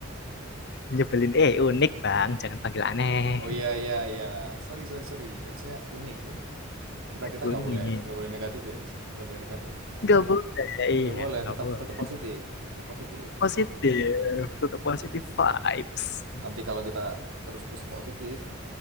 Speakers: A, on the left; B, on the right.
A: nyebelin. Eh unik bang, jangan panggil aneh.
B: Oh iya iya iya. Sorry sorry sorry. Harusnya unik unik. Kita kita
A: Unik.
B: nggak boleh nggak boleh negatif ya di sini. Nggak boleh negatif.
A: Nggak boleh,
B: Nggak
A: iya
B: boleh.
A: nggak
B: Tetap
A: boleh.
B: tetap positif. Tetap positif.
A: Positif, tetap positif vibes.
B: Nanti kalau kita terus terus positif,